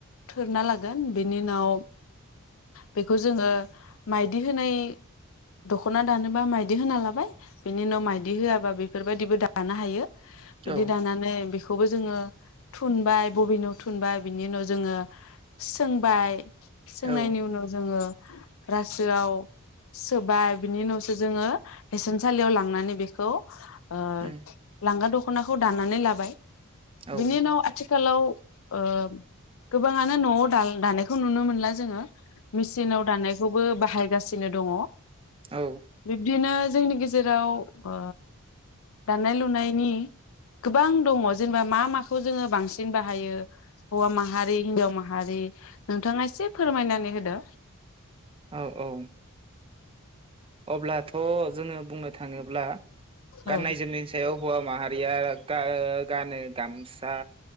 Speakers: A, on the left (about 65°); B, on the right (about 25°).
A: थोरना लागोन बेनि उनाव बेखौ जोङो माइदि होनाय दख'ना दानोबा माइदि होना लाबाय। बिनि उनाव माइदि होआबा बेफोरबायदिबो दानो हायो। बिदि
B: औ
A: दानानै बिखो बेखौबो जोङो थुनबाय बबिनाव थुनबाय बिनि उनाव जोङो सोंबाय। सोंनायनि
B: औ
A: उनाव जोङो रासोआव सोबाय बिनि उनावसो जोङो हेसानसालियाव लांनानै बेखौ ओ
B: उम
A: लांगा दख दख'नाखौ दानानै लाबाय।
B: औ
A: बिनि उनाव आथि खालाव ओ गोबाङानो न'आव दाल दानायखौ नुनो मोनला जोङो। मेचिनाव दानायखौबो बाह बाहायगासिनो दङ।
B: औ
A: बिब्दिनो जोंनि गेजेराव ओ दानाय लुनायनि गोबां दङ जेनेबा मा माखौ जोङो बांसिन बाहायो हौवा माहारि हिनजाव माहारि नोंथाङा एसे फोरमायनानै होदो।
B: औ औ। अब्लाथ' जोङो बुंनो थाङोब्ला गाननाय
A: औ
B: जोमनायनि सायाव हौवा माहारिया गा ओ गानो गामसा।